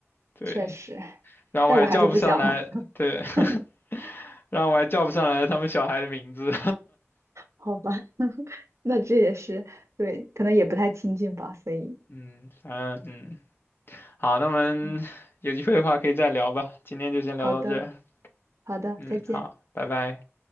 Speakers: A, on the left (about 50°); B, on the right (about 75°).
A: 对，
B: 确实，
A: 然后我还叫不上来，
B: 但我还是不想了。
A: 对，
B: <laughs>
A: <laughs> 然后我还叫不上来他们小孩的名字。
B: 好吧，<laughs> 那这也是，对，可能也不太亲近吧，所以，
A: <laughs> 嗯，反正嗯，好，那我们有机会的话可以再聊吧，
B: 对
A: 今天就先聊到这儿
B: 好的，好的，
A: 嗯，
B: 再见。
A: 好，拜拜。